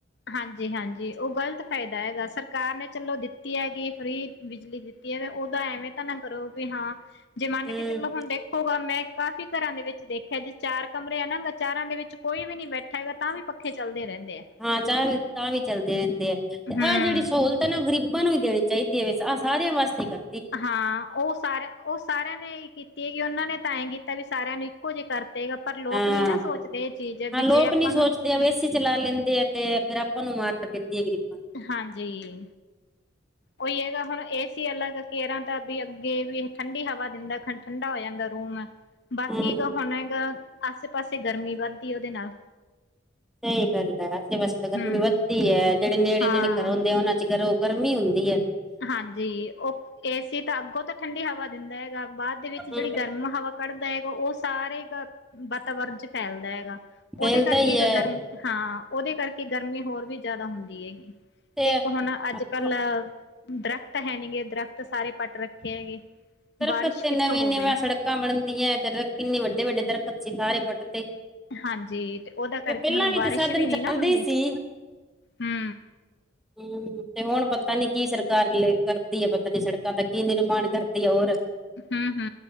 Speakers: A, on the left (about 55°); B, in the centre.
A: ਹਾਂਜੀ-ਹਾਂਜੀ ਉਹ ਗ਼ਲਤ ਫ਼ਾਇਦਾ ਹੈਗਾ ਸਰਕਾਰ ਨੇ ਚਲੋ ਦਿੱਤੀ ਹੈਗੀ ਫ੍ਰਰੀ ਬਿਜਲੀ ਦਿੱਤੀ ਤੇ ਉਹਦਾ ਐਵੇਂ ਤਾਂ ਨਾ ਕਰੋ ਵੀ ਹਾਂ ਜੇ ਮੰਨ
B: ਹੂੰ
A: ਕੇ ਚਲੋ ਹੁਨ ਦੇਖੋਗਾ ਮੈਂ ਕਾਫ਼ੀ ਘਰਾਂ ਦੇ ਵਿੱਚ ਦੇਖਿਆ ਜੇ ਚਾਰ ਕਮਰੇ ਆਨਾ ਗ ਚਾਰਾਂ ਦੇ ਵਿੱਚ ਕੋਈ ਵੀ ਨੀ ਬੈਠਾ ਹੈਗਾ, ਤਾਂ ਵੀ ਪੱਖੇ ਚੱਲਦੇ ਰਹਿੰਦੇ ਆ
B: ਹਾਂ ਚਾਹ ਵੀ ਤਾ ਵੀ ਚੱਲਦੇ ਰਹਿੰਦੇ ਆ
A: ਹਮ
B: ਆਹ ਜਿਹੜੀ ਸਹੂਲਤ ਹੈ ਨਾ ਉਹ ਗਰੀਬ ਨੂੰ ਵੀ ਦੇਨੀ ਚਾਹੀਦੀ ਐ ਆਹ ਸਾਰਿਆਂ ਵਾਸਤੇ ਕਰ
A: ਹਾਂ, ਉਹ ਸਾਰਿਆਂ ਉਹ ਸਾ ਸਾਰਿਆਂ ਨੇ ਈ ਕੀਤੀ ਹੈਗੀ ਉਹਨਾਂ ਨੇ ਤਾਂ ਐਂ ਕੀਤਾ ਵੀ ਸਾਰਿਆਂ ਨੂੰ ਇੱਕੋ ਜਿਹੇ ਕਰਤੇਗਾ ਪਰ ਲੋਕ
B: ਹਾਂ
A: ਨੀ ਨਾ ਸੋਚਦੇ ਇਹ ਚੀਜ਼
B: ਹਾਂ
A: ਵੀ
B: ਲੋਕ
A: ਜੇ ਆਪਾਂ
B: ਨੀ ਸੋਚਦੇ
A: ਨੂੰ
B: ਏਸੀ ਚਲਾ ਲੈਂਦੇ ਆ, ਤੇ ਫੇਰ ਆਪਾਂ ਨੂੰ ਮਾਰ ਦੈਂਦੀ ਹੈ ਗਰੀਬੀ
A: ਹਾਂਜੀ ਉਹੀ ਹੈਗਾ ਹੁਨ ਏ-ਸੀ ਅਲੱਗ ਕੇਰਾਂ ਦਾ ਵੀ ਅੱਗੇ ਵੀ ਠੰਡੀ ਹਵਾ ਦਿੰਦਾ ਖਾ ਠੰਡਾ ਹੋ ਜਾਂਦਾ ਰੂਮ
B: ਨੂੰ
A: ਬਾਕੀ
B: ਹਮ
A: ਕੁ ਹੁਨ ਹੈਗਾ ਆਸੇ ਪਾਸੇ ਗਰਮੀ ਵੱਧਦੀ ਉਹਦੇ ਨਾਲ
B: ਸਹੀ ਗੱਲ ਐ ਆਸੇ ਪਾਸੇ ਤਾਂ ਗਰਮੀ
A: ਹਮ
B: ਵੱਧਦੀ ਹੈ, ਜਿਹੜੇ ਨੇੜੇ-ਨੇੜੇ
A: ਹਾਂ
B: ਘਰੋਂਂਦੇ ਆ ਉਹਨਾਂ ਚ ਗਰੋਂ ਗਰਮੀ ਹੁੰਦੀ ਹੈ।
A: ਹਾਂਜੀ ਉਹ ਏ ਸੀ ਤਾਂ ਅੱਗੋਂ ਤਾਂ ਠੰਡੀ ਹਵਾ ਦਿੰਦਾ ਹੈਗਾ ਬਾਅਦ ਦੇ ਵਿੱਚ
B: ਹਮ
A: ਜਿਹੜੀ ਗਰਮ ਹਵਾ ਕੱਢਦਾ ਹੈਗਾ ਉਹ ਸਾਰੇ ਵਾਤਾਵਰਨ ਚ ਫੈਲਦਾ ਹੈਗਾ ਉਹਦੇ
B: ਫੈਲਦਾ
A: ਕਰਕੇ
B: ਹੀ ਹੈ
A: ਗਰਮ ਹਾਂ ਉਹਦੇ ਕਰਕੇ ਗਰਮੀ ਹੋਰ ਵੀ ਜ਼ਿਆਦਾ ਹੁੰਦੀ ਹੈਗੀ
B: ਤੇ
A: ਇੱਕ ਹੁਣ ਅੱਜ
B: ਦਰਖਤ
A: ਕੱਲ੍ਹ ਦਰਖਤ ਹੈ ਨਹੀਂ ਗੇ ਦਰਖਤ ਸਾਰੇ ਪੱਟ ਰੱਖੇ ਹੈਗੇ
B: ਦਰਖਤ
A: ਬਾਰਿਸ਼
B: ਤੇ
A: ਕਿੱਥੋਂ
B: ਨਵੀਂ
A: ਹੋਵੇ
B: ਨਵੀਆਂ ਸੜਕਾਂ ਬਣਦੀਆਂ ਤੇ ਦਰਖਤ ਕਿੰਨੇ ਵੱਡੇ ਵੱਡੇ ਦਰਖਤ ਸੀ। ਸਾਰੇ ਪੱਟ ਤੇ
A: ਹਾਂਜੀ ਤੇ ਉਹਦਾ ਕਰਕੇ
B: ਪਹਿਲਾਂ
A: ਹੁਣ ਬਾਰਿਸ਼
B: ਤੇ ਸਾਧਨ
A: ਵੀ ਨੀ
B: ਚੱਲਦੇ
A: ਨਾ ਹੁੰਦੀ।
B: ਹੀ ਸੀ
A: ਹੂ
B: ਹੂ ਤੇ ਹੁਣ ਪਤਾ ਨੀ ਕੀ ਸਰਕਾਰ ਲ ਕਰਦੀ ਹੈ ਪਤਾ ਨੀ ਸੜਕਾਂ ਦਾ ਕੀ ਨਿਰਮਾਣ ਕਰਦੀ ਤੇ ਹੋਰ
A: ਹੂ ਹੂ